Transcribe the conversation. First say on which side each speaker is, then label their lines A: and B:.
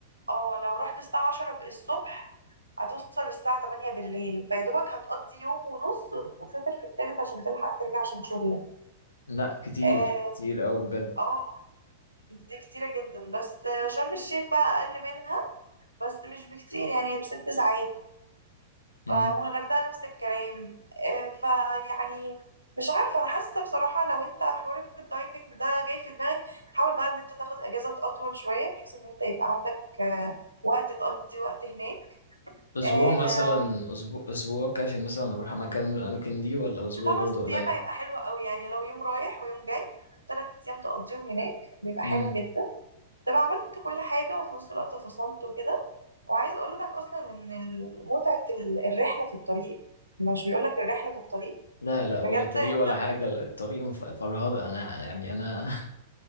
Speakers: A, on the right; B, on the left.
A: اه لو رحت الساعة عشرة الصبح هتوصل الساعة 8 بالليل فيا دوبك هتقضي يوم ونص وتسافر في التالت عشان تلحق ترجع عشان شغلك
B: لا كتير
A: اه
B: كتير قوي بجد
A: اه دي كتيرة جدا بس شرم الشيخ بقى أقل منها بس مش بكتير يعني بست ساعات
B: امم
A: ف- والغردقة نفس الكلام آه، فيعني مش عارفة أنا حاسة بصراحة لو أنت حوار الدايفنج ده جاي في دماغك حاول بقى إن أنت تاخد أجازة أطول شوية بحيث إن أنت يبقى عندك آه، وقت تقضي وقت هناك
B: اسبوع
A: آه،
B: مثلا اسبوع اسبوع كافي مثلا اروح مكان من الاماكن دي ولا اسبوع
A: خمس
B: برضو قليل
A: ايام هيبقى حلو قوي يعني لو يوم رايح ويوم جاي ثلاث ايام تقضيهم هناك بيبقى
B: امم
A: حلو جدا تبقى عملت كل حاجه وفي نفس الوقت فصلت وكده وعايزه اقول لك اصلا ان ال- متعه ال- الرحله في الطريق مش بيقول لك الرحله في الطريق
B: لا لا ولا
A: بجد
B: طريق
A: انت
B: ولا حاجة الطريق مف- فرهدة أنا يعني أنا